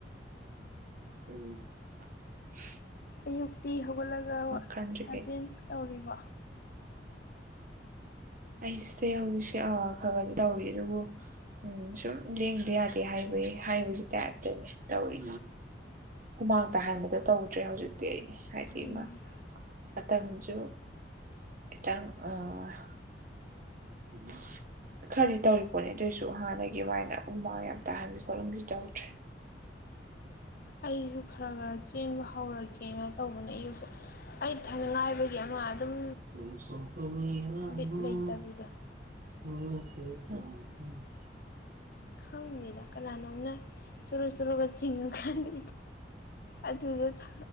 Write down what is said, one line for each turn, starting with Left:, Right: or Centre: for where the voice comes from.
Right: ꯎꯝ <unintelligible>
Left: ꯑꯌꯨꯛꯇꯤ ꯍꯧꯒꯠꯂꯒ
Right: ꯈꯟꯗ꯭ꯔꯤꯉꯩ
Left: ꯁꯥꯖꯦꯜ ꯇꯧꯔꯤꯕ?
Right: ꯑꯩꯁꯦ ꯍꯧꯖꯤꯛꯁꯦ ꯑ ꯈꯒꯗꯤ ꯇꯧꯔꯤꯌꯦ ꯑꯗꯨꯕꯨ ꯎꯝ ꯁꯨꯝ ꯂꯦꯡꯗ ꯌꯥꯗꯦ ꯍꯥꯏꯕꯩ ꯍꯥꯏꯕꯒꯤ ꯇꯥꯏꯞꯇꯅꯦ ꯇꯧꯔꯤ꯫ ꯍꯨꯃꯥꯡ ꯇꯍꯟꯕꯗꯣ ꯇꯧꯗ꯭ꯔꯦ ꯍꯧꯖꯤꯛꯇꯤ ꯑꯩ ꯍꯥꯏꯗꯤ
Left: ꯎꯝ
Right: ꯑꯃ ꯃꯇꯝꯁꯨ ꯈꯤꯇꯡ ꯑ <unintelligible> <unintelligible> ꯈꯔꯗꯤ ꯇꯧꯔꯤꯄꯣꯠꯅꯦ ꯑꯗꯨꯑꯣꯏꯁꯨ ꯍꯥꯟꯅꯒꯤ ꯑꯗꯨꯃꯥꯏꯅ ꯍꯨꯃꯥꯡ ꯌꯥꯝ ꯇꯥꯍꯟꯕꯤ ꯈꯣꯠꯍꯟꯕꯤ ꯇꯧꯗ꯭ꯔꯦ꯫
Left: ꯑꯩꯁꯨ ꯈꯔ-ꯈꯔ ꯆꯦꯟꯕ ꯍꯧꯔꯒꯦꯅ ꯇꯧꯕꯅꯦ ꯑꯌꯨꯛꯁꯨ꯫ ꯑꯩ ꯏꯊꯟ ꯉꯥꯏꯕꯒꯤ ꯑꯃ ꯑꯗꯨꯝ
Right: <unintelligible>
Left: ꯕꯤꯠ ꯂꯩꯇꯕꯤꯗꯣ ꯈꯪꯗꯦꯗ ꯀꯅꯥꯅꯣꯝꯅ ꯁꯨꯔ ꯁꯨꯔꯒ ꯆꯤꯡꯉꯀꯥꯟꯗ ꯑꯗꯨꯗ